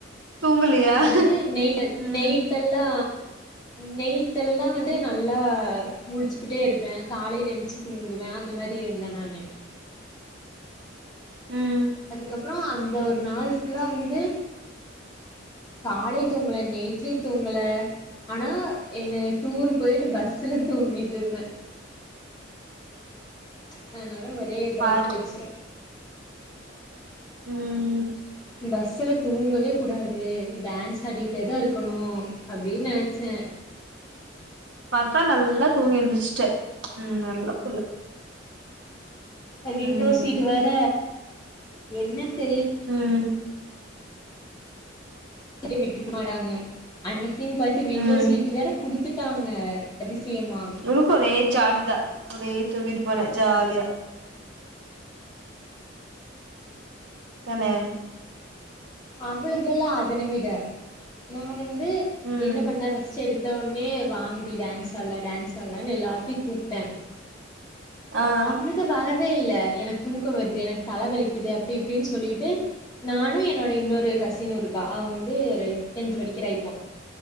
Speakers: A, on the right; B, on the left.
A: தூங்கலியா
B: அதது நெய்டல்
A: ம்
B: நெயிட்டெல்லா நெய்ட்டெல்லா வந்து நல்லா முழிச்சுகிட்டே இருப்பே காலைல என்ச்சு ச்சு தூங்குவே அந்த மாரி எந்த நானு
A: ம்
B: அதுக்கப்புற அந்த ஒரு நாள் ஃபுல்லா வந்து காலை தூங்கல நெய்ட்லியு தூங்கல ஆனா என டூரு போயிட்டு பஸ்ல தூங்கிட்ருந்தே அதனால ஒரே இதாய்ப்போச்சு
A: பாரு ம்
B: பஸ்ஸல தூங்கவேகுடாது டான்ஸ் ஆடிட்டேதா இருக்கனு அப்டின் நெனச்சே
A: பாத்தா நல்லா தூங்கி எந்திர்ச்ட்டே ம் நல்ல புள்ள
B: ஆமா விண்டோ
A: ம்
B: சீட்டு வேற என்னன் தெரில்
A: ம்
B: எ விட்டு மாடாங்க அன்னிக்கின் பாத்து விண்டோ
A: ம்
B: சீட்டு வேற குடுத் த்துட்டாங்க அதிசயமா
A: உனுக்கு ஒரே ஜாலிதா ஒரே தூங்கிட்டு போனே ஜாலியா தனே
B: அவளுக்குல்லா அதன விட நா வந்து
A: ம்
B: என்ன பண்ண ரெஸ்ட் எடுத் வந்தோனே வாங்கி டான்ஸ் ஆட்லா டான்ஸ் ஆட்லானு எல்லாத்தையு கூப்டே
A: ஆ
B: அவ்ளுக்கு வ வரவே இல்ல எனக்கு தூக்க வருது எனக்கு தல வலிக்குது அப்டி இப்டின்னு சொல்லிட்டு நானு என்னோ இன்னோரு கசினு இருக்கா அவ வந்து ஒரு டென்த் படிக்கிறா இப்போ